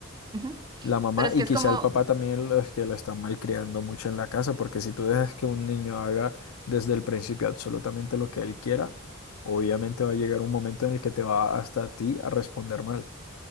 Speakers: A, on the right; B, on the left.
A: Ujú.
B: la mamá
A: Pero es
B: y
A: que
B: quizá
A: es como,
B: el papá también los que lo están malcriando mucho en la casa, porque si tú dejas que un niño haga desde el principio absolutamente lo que él quiera, obviamente va a llegar un momento en el que te va hasta a ti a responder mal.